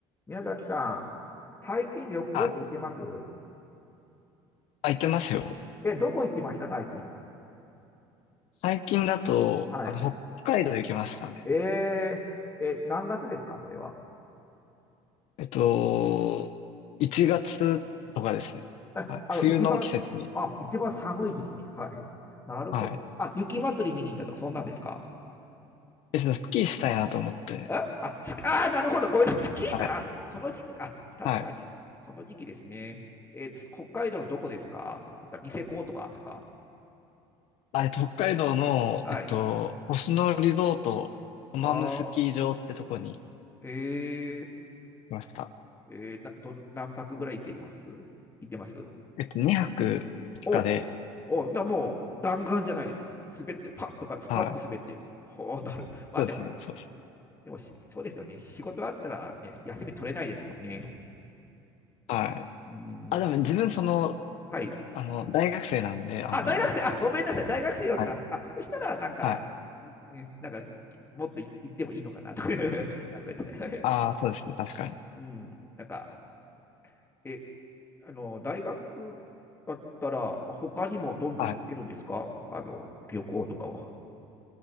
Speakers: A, on the left (about 20°); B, on the left (about 65°).
A: 宮崎さん、最近旅行って行ってます
B: あ、あ、行ってますよ。
A: え、どこ行きました最近。
B: 最近だと、
A: はい。
B: あの、北海道行きましたね。
A: えー、え、何月ですかそれは。
B: えっと、1月とかですね。
A: え、
B: はい。
A: あの、
B: 冬の季節に。
A: 一番、あ、一番寒い時期に。はい。なるほど。
B: はい。
A: あ、雪祭り見に行ったとか、そんなんですか
B: で、そのスキーしたいなと思って。
A: えあ、スあー、なるほど。ごめんなさい。スキーか。
B: はい。
A: その時期だ。確かに。
B: はい。
A: その時期ですね。えー北海道のどこですか行ったニセコとかですか
B: あ、えっと、北海道の、
A: はい。
B: えっと、星野リゾート、トマムスキー場ってとこに
A: あー、え
B: しました。
A: ー、えーな、どの、何泊ぐらい行けます行ってます
B: えっと、2泊3日で、
A: お、お、だもう弾丸じゃないですか。滑って、パッとか、
B: はい。
A: パッと滑って、ほうなる。
B: そうですね、
A: まあでも、
B: そうです。
A: でもしそうですよね。仕事あったら、ね、休み取れないですもんね。
B: はい。
A: うん。
B: あ、でも自分その、
A: はい。
B: あの、大学生なんで、あの、
A: あ、大学生、あ、ごめんなさい。大学生だった。
B: はい。
A: あ、そしたら、なんか、
B: はい。
A: いねなんか、もっとい言ってもいいのかなと。<laughs> あ、ごめんなさい。はい。
B: ああ、そうですね、確かに。
A: うん。なんか、え、あの、大学だったら、まあ他にもどんどん行ってるんですかあの、
B: はい。
A: 旅行とかは。